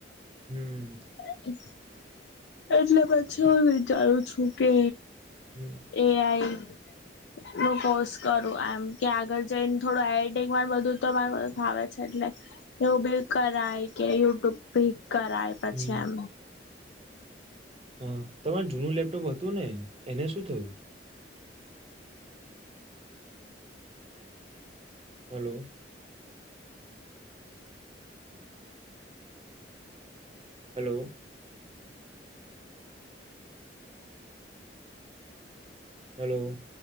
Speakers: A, on the right (about 35°); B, on the left (about 80°).
A: હમ
B: <inaudible> એટલે પછી હું વિચારું છું કે
A: હમ
B: એઆઈ નું કોર્સ કરું એમ કે આગળ જઈને થોડું આક માર બધું તો મારુંાવ છે એટલે એવું બી કરાય કે યુટ્યુબ ભી કરાય પછી
A: હમ
B: એમ
A: હ તમાર જૂનું લેપટોપ હતું ને એને શું થયું હલો હલો હલો